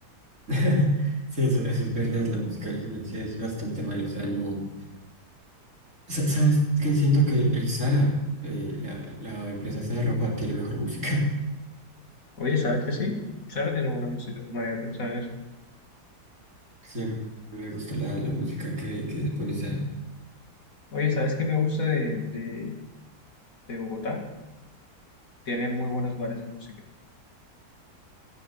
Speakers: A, on the right; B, on the left.
A: <laughs> sí, eso, eso es verdad, la música al gimnasio es bastante mala, o sea, no. Sa- ¿Sabes qué? Siento que el Zara, eh, la, la empresa esa de ropa, tiene mejor música. <laughs>
B: Oye, ¿sabes que sí? Sara tiene buena música, no había pensado en eso.
A: Sí, a mí me gusta la, la música que, que pone Zara.
B: Oye, ¿sabes qué me gusta de, de, de Bogotá? tiene muy buenos bares de música.